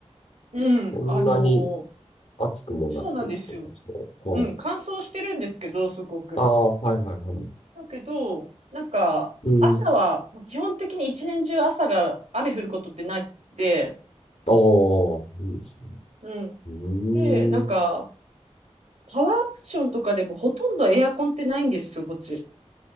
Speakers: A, on the right; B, on the left.
A: うん、
B: そんなに
A: あのー
B: 暑くもなくってことですか。
A: そうなんですよ。
B: はい。
A: うん、乾燥してるんですけど、すごく。
B: ああ、はいはいはい。
A: だけど、なんか、
B: うん。
A: 朝はもう基本的に一年中朝が雨降ることってなくて、
B: ああ、いいですね。
A: うん。
B: うーん。
A: で、なんか、タワーアプションとかでもほとんどエアコンってないんですよ、こっち。